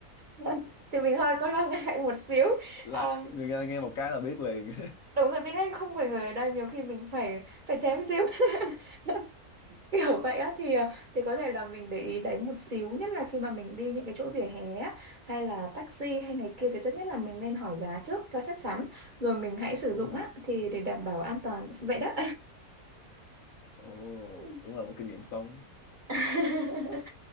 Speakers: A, on the right (about 35°); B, on the left (about 65°).
A: <laughs> thì mình hơi có lo <laughs> ngại một xíu
B: là
A: à,
B: người ta nghe một cái là biết liền
A: đúng là tiếng Anh không phải người ở đây nhiều khi mình phải phải chém xíu <laughs> kiểu vậy á thì ờ, thì có thể là mình để ý đấy một xíu nhất là khi mà mình đi những cái chỗ vỉa hè á, hay là taxi hay này kia thì tốt nhất là mình nên hỏi giá trước cho chắc chắn rồi mình hãy sử
B: <laughs> ồ
A: dụng á thì để đảm bảo an toàn vậy đó
B: ồ
A: <laughs>
B: đúng là một kinh nghiệm sống
A: <laughs>